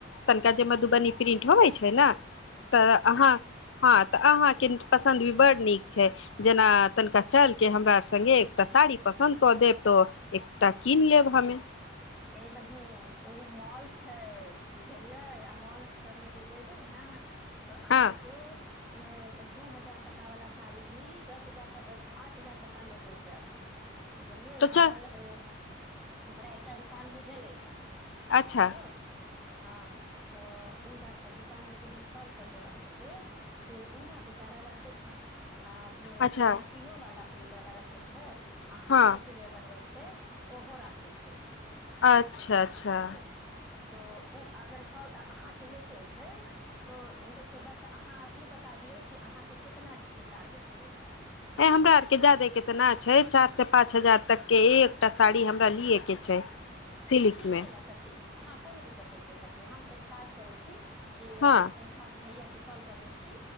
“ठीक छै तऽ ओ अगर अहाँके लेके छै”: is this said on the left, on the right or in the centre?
Centre